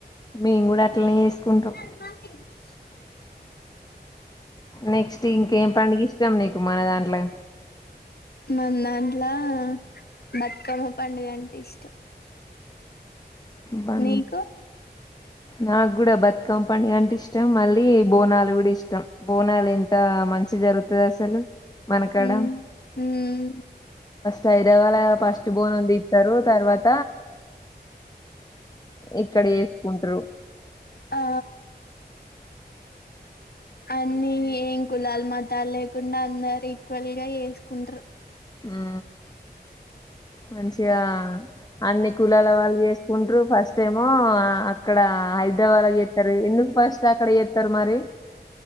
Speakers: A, on the left (about 25°); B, on the left (about 65°).
A: మేము కూడా అట్లనే చేసుకుంటాం
B: <unintelligible>
A: నెక్స్ట్ ఇంకేం పడుగ ఇష్టం నీకు మన దాంట్లో
B: మ దాంట్లో బతుకమ్మ పండుగ అంటే ఇష్టం
A: బం
B: నీకు
A: నాకు కూడా బతుకమ పడు అంటే ఇష్టం మళ్ళీ బోనాలు కూడా ఇష్టం ఇష్టం బోనాలు ఎంత మంచి జరుగుతు అసలు మనకాడ
B: మ్మ్ మ్మ్
A: చైడ వాళ ఫస్ట్ బోన్ ఉంది ఇస్తారు తర్వాత ఇక్కడ చేసుకుంటారు
B: ఆ న్ని ఏం కులాలు మతాలు లేకుండా అందరు ఈక్వల్ గా వసుకుంటారు
A: ఆ మంచిగా అన్ని కులాల వాళ్ళు చేసుకుంటూ ఫస్ట్ ఏమో అక్కడ హైదరాబాద్ చేస్తారు ఎందుకు ఫస్ట్ అక్కడ చేస్తారు మరి